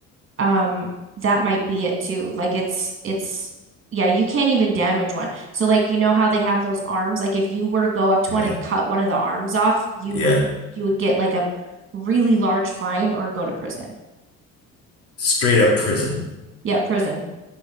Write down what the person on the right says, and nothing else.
um that might be it too. Like it's it's yeah, you can't even damage one. So like you know how they have those arms? Like if you were to go up to
one and cut one of the arms off, you
would you would get like a really large fine or go to prison.
Yeah, prison.